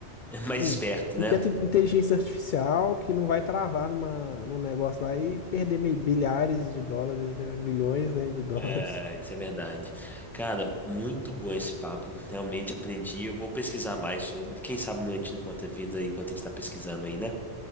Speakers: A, in the centre; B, on the left.
A: É mais
B: Tipo,
A: esperto,
B: pequena
A: né?
B: inteligência artificial que não vai travar numa, num negócio lá e perder mi- bilhares de dólares, né? Milhões, né, de dólares.
A: É,
B: <laughs>
A: isso é verdade. Cara, muito bom esse papo. Realmente aprendi. Eu vou pesquisar mais sobre. Quem sabe a gente não encontra vida enquanto a gente tá pesquisando aí, né?